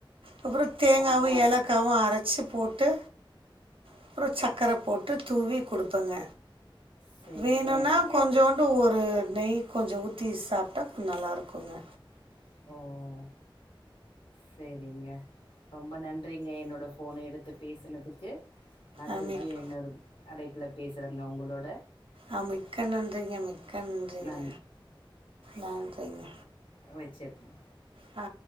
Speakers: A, on the right; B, on the left.
A: அப்புறம் தேங்காவும்
B: ஓ
A: ஏலக்காவும் அரைச்சு போட்டு அப்புறம் சர்க்கரை போட்டு தூவி கொடுப்பங்க
B: சரிங்க
A: வேணும்னா கொஞ்சோன் ஒரு நெய் கொஞ்சம் ஊத் சாப்பிட்டா கொஞ்சம் நல்லாயிருக்குங்க
B: ம் ம்ம்ம் சேரிங்க ரொம்ப நன்றிங்க என்னோட போன எடுத்து பேசனதுக்கு நா
A: ஆ
B: திருப்பி
A: மிக்
B: இன்னொரு அடைப்பு அழைப்புல பேசுறங்க உங்களோட
A: அ மிக்க நன்றிங்க மிக்க ன்றிங்க
B: நன்
A: நன்றிங்க
B: வெச்சிர்றேன்
A: ஆ